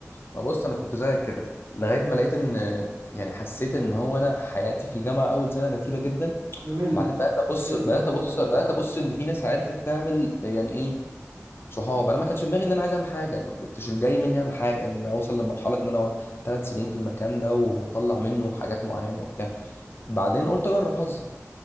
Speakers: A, on the left; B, on the right.
A: ما بص انا كنت زيك كده لغايه ما لقيت ان يعني حسيت ان هو انا حياتي في الجامعه اول سنه رتيبه جدا
B: مملة
A: بعدين بقيت ابص
B: بتحس
A: بقيت
B: ان هي مملة
A: ابص بقيت ابص اللي في ناس عرفت تعمل يعني ايه صحاب انا ما كانش في دماغي ان انا عايز اعمل حاجه ما كنتش الجاي مني اعمل حاجه ان انا اوصل لمرحله ان انا اقعد ثلاث سنين في المكان ده واطلع منه حاجات معينه وبتاع بعدين قلت اجرب حظي